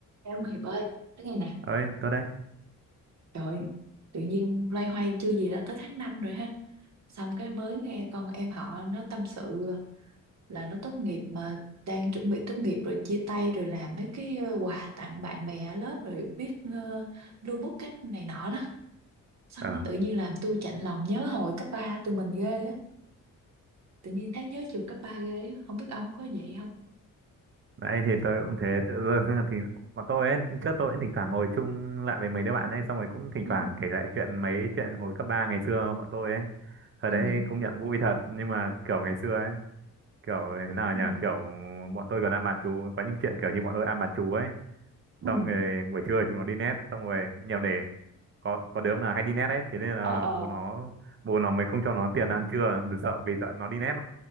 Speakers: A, on the right; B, on the right.
A: Ê ông Hiệp ơi, nói nghe nè,
B: ơi tôi đấy
A: trời, ơi, tự nhiên loay hoay chưa gì đã tới tháng 5 rồi ha. Xong cái mới nghe con em họ nó tâm sự là nó tốt nghiệp mà đang chuẩn bị tốt nghiệp rồi chia tay rồi làm mấy cái ờ, quà tặng bạn bè ở lớp rồi viết ờ, lưu bút cái này nọ đó. Xong
B: ờ
A: cái tự nhiên làm tôi chạnh lòng nhớ hồi cấp ba tụi mình ghê á. Tự nhiên thấy nhớ trường cấp 3 ghê á, không biết ông có vậy không?
B: nãy thì tôi cũng thế tự dưng thì bọn tôi ấy trước tôi cũng thỉnh thoảng ngồi chung lại với mấy đứa bạn ấy xong rồi cũng thỉnh
A: Ừ,
B: thoảng kể lại chuyện mấy chuyện hồi cấp ba ngày xưa bọn tôi ấy thời
A: ừ,
B: đấy công nhận vui thật nhưng mà kiểu ngày xưa ấy kiểu thế nào
A: ừ,
B: nhỉ kiểu bọn tôi còn ăn bàn chú có những chuyện kiểu như bọn tôi ăn bàn chú ấy
A: ừ,
B: xong rồi buổi trưa chúng nó đi net xong rồi nhiều để có có đứa là hay đi net ấy thế nên là
A: ờ, ờ,
B: bố nó bố nó mới không cho nó tiền ăn trưa vì sợ vì sợ nó đi net